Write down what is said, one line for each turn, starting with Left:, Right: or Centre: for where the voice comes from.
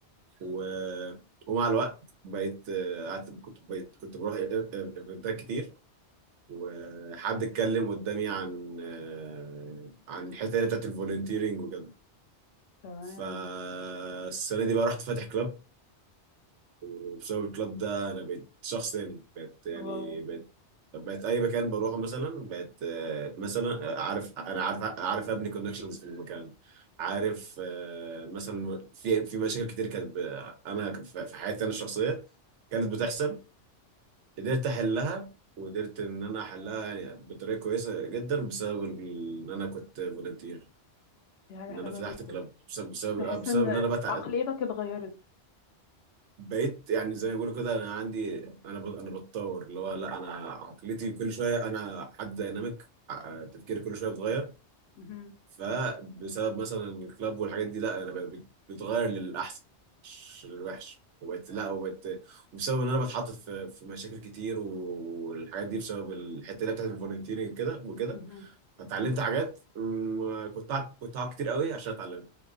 Right: و... ومع الوقت بقيت قعدت كنت بقيت كنت بروح ايفنتات كتير وحد اتكلم قدامي عن آه، عن الحته اللي بتاعت الفولنتيرنج وكده
Left: تمام
Right: فالسنه دي بقى رحت فاتح كلاب وبسبب الكلاب ده انا بقيت شخص تاني بقيت يعني
Left: واو
Right: بقيت بقيت اي مكان بروحه مثلا بقيت آه، مثلا آه، عارف انا عارف عارف ابني كونكشنز في المكان عارف آه، مثلا في في مشاكل كتير كانت ب- انا في في حياتي انا الشخصيه كانت بتحصل قدرت احلها وقدرت ان انا احلها يعني بطريقه كويسه جدا بسبب ال- ان انا كنت فولنتير
Left: دي حاجة
Right: ان
Left: حلوة
Right: انا فتحت
Left: جدا
Right: كلاب بسبب بسبب,
Left: تحس
Right: آه، بسبب
Left: ان
Right: ان انا بتع...
Left: عقليتك اتغيرت
Right: بقيت يعني زي ما بيقولوا كده انا عندي انا ب... انا بتطور اللي هو لا انا عقليتي كل شويه انا حد دايناميك ع- تفكيري كل شويه بيتغير
Left: مهم.
Right: فبسبب مثلا الكلاب والحاجات دي لا انا بقى بتغير للاحسن مش للوحش وبقت لا وبقت وبسبب ان انا بتحط في في مشاكل كتير والحاجات دي بسبب الحته اللي هي بتاعت الفولنتيرنج كده وكده
Left: مهم.
Right: فتعلمت حاجات م- كنت أع- كنت أقعد كتير قوي عشان اتعلمها